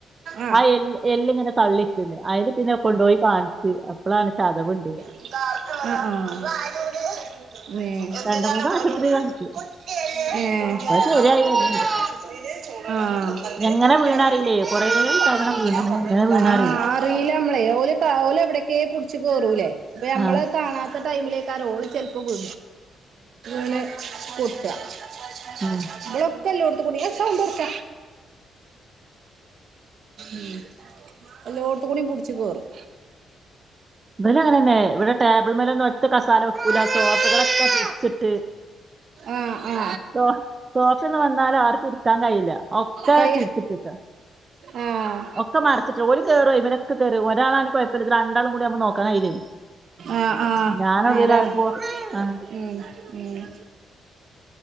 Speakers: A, on the right (about 60°); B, on the right (about 25°).
A: ആഹ്
B: ആ എൽ എല്ല് ങ്ങനെ തള്ളിക്ക്ണ്ട് അയ്‌ല് പിന്നെ കൊണ്ടോയി കാണിച്ച്. അപ്പളാണ് ചതവ്ണ്ട ർഞ്ഞ്.
A: ഉം ഉം
B: രണ്ട് മൂന്ന് ആശുപത്രി കാണിച്ചു
A: ഏഹ്
B: ഇപ്പൊ ശരിയായി വരുന്നുണ്ട്
A: ഏഹ്
B: എങ്ങനെ വീണറിയില്ലേ
A: ആഹ്
B: കൊറേ തവണ വീണ് എങ്ങനെ വീണറിയില്ല
A: ആഹ് അറീലമ്മളെ ഓല് ക ഓല് എവിടക്കെ പിടിച്ചു കേറൂലേ അപ്പൊ ഞമ്മള്
B: ആ
A: കാണാത്ത ടൈമിലെക്കര ഓള് ചെലപ്പോ കൊ ഇണ് പൊട്ട <unintelligible>
B: ആ
A: സൗണ്ടോറച്ച ഉം അള്ളോട്ത്തുകൂടിയും പിടിച്ച് കെറും
B: ഇവലങ്ങനെനെ ഇവിടെ ടേബിൾ മേലൊന്നും ഒച്ച മസാല വെക്കൂല സോപ്പുകളൊക്കെ ടച്ചിട്ട്
A: ആഹ് ആഹ്
B: സോ സോഫന്ന് വന്നാലാർക്കു ഇരിക്കാൻ കഴിയില്ല ഒക്കെ
A: കൈ
B: തിരിചിട്ടിട്ട
A: ആഹ്
B: ഒക്ക മറിച്ചിട്ട ഒലു കേറും അയ്മേലൊക്കെ കേറ ഒരാളാണെ കൊഴപ്പല്ല രണ്ടാളും കൂടി ആവുമ്പോ നോക്കാനയില്ലേ
A: ആഹ് ആഹ്
B: ഞാന
A: നേരാണ്
B: അതുല അട പോ ആഹ്
A: ഉം ഉം